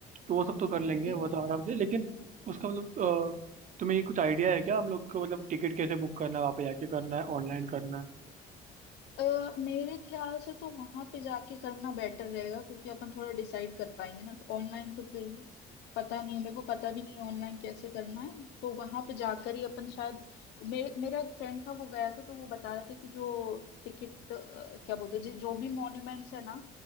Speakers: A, on the right; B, on the left.
A: तो वो सब तो कर लेंगे
B: ठीक
A: वो
B: है
A: तो आराम से लेकिन उसका मतलब अ, तुम्हें ये कुछ आइडिया है क्या हम लोग को मतलब टिकट कैसे बुक करना है वहाँ पे जाके करना है ऑनलाइन करना है
B: अ, मेरे ख्याल से तो वहां पे जाके करना बेटर रहेगा क्योंकि अपन थोड़ा डिसाइड कर पाएंगे ना ऑनलाइन तो फिर पता नहीं है, मेरे को पता भी नहीं है ऑनलाइन कैसे करना है तो वहां पे जाकर ही अपन शायद मेरे मेरा एक फ्रेंड था वो गया था तो वो बता रहा था कि जो टिकट अ, क्या बोलते हैं जि- जो भी मॉन्यूमेंट्स है ना